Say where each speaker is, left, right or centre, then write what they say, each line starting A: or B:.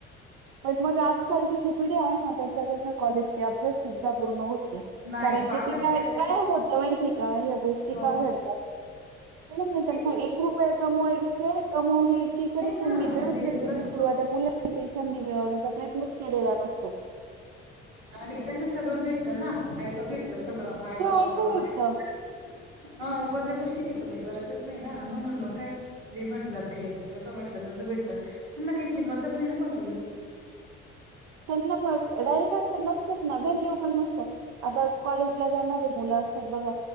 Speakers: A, on the right; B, on the right.
A: पण मग आजकालची जी पिढी आहे ना त्यांच्याकडनं कॉलेज चे अभ्यास सुद्धा पूर्ण होत
B: नाही
A: कारण
B: अभ्यास
A: की ते काय
B: करतायत.
A: काय होत माहिती का ह्या गोष्टी
B: हो
A: का घडतात नाही
B: ते
A: एक रुपया कमावा म्हणज कमावले की कधी
B: नाही
A: संधी
B: ना
A: मिळूच
B: म्हणजे
A: नाही गेली
B: कसं
A: किंवा
B: कम-
A: त्या मुलांनी ते संधी मिळवण्याचा प्रयत्नच केलेला नसतो
B: नेत्यांना सगळं भेटतं ना आय तो भेटत सगळं आई बापाकडून
A: ऐकू ऐकतं
B: अ कोणत्या गोष्टीची कमी करतच नाही ना म्हणून मग काय जे म्हटलं ते जसं म्हटलं तसं भेटत त्यांना काही किंमतच नाही ना कोणतेष्ट
A: त्यांना डायरेक्ट अस नसतात ना व्हल्यू पण नसतात आता कॉलेज ला जाणार आहे मुलं असतात बघा